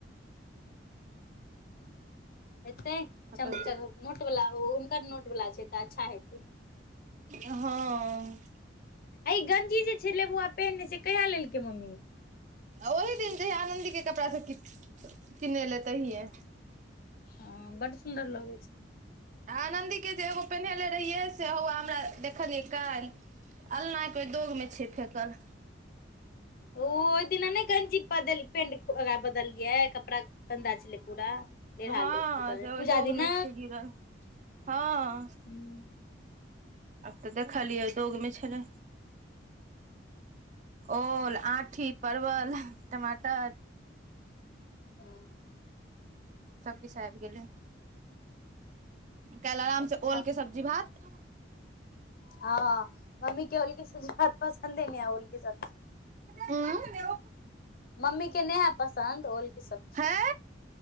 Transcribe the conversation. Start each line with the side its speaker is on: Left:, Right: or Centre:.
Left: एते
Right: अपन
Left: चम नोट वालला हुनकर नोट वला छै तऽ अच्छा हेतै।
Right: हँ
Left: एहि गंजी जे छै लेबुआ पहिनने से कहिा लेलकै मम्मी
Right: ओहिी दिन जे ह आनन्दी के कपड़ा से किने ले तऽहि ह
Left: हँ बड़ सुन्दर लग
Right: ह नन्दी के जे एगो पेन्हेले रहियै। से हौआ हमरा देखलियै काल्हि अलना के ओहि दोग में छै फेकल
Left: ओ ओहि दिना नहिन चीज पेंट ओरा बदलियै कपड़ा गन्दा छलै पूरा लेढ़ा
Right: हँ
Left: उतरल
Right: से
Left: पूजा
Right: दोगमे
Left: दिना
Right: छै जीवन हँ।
Left: हूँ
Right: तऽ देखलियै दोगमे छलै ओल आँठी परवल टमाटर
Left: ओ
Right: सबकछु आबि गेलै काल् आराम
Left: अच्छा
Right: से ओल के सब्जी भात
Left: हँ मम्मी के उलकेी सब्जी बहुत पसन्द ही न उलकेी सब्जी
Right: उंम्म
Left: मम्मी के नहि है पसन्द ओल के सब चीज
Right: है